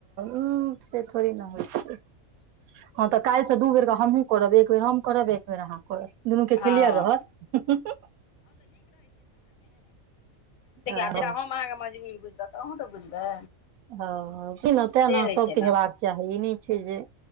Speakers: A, on the right; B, on the left.
A: उ से थोड़े न होइ छै हँ तऽ काल्हि से दू बेर क हमहुूँ करब। एक बेर हम करब, एक बेर अहाँ करब, दुनू के
B: हँ
A: किलियर रहत।
B: तैयार,
A: हँ
B: जेना हाम अहाँके मजबूरी बुझलऊ, तऽ अहूँ तऽ बुझबै?
A: ह तैं न, तें
B: से
A: न,
B: होइ
A: सबके
B: छै
A: हेबाक
B: ने
A: चाही, ई नहि छै जे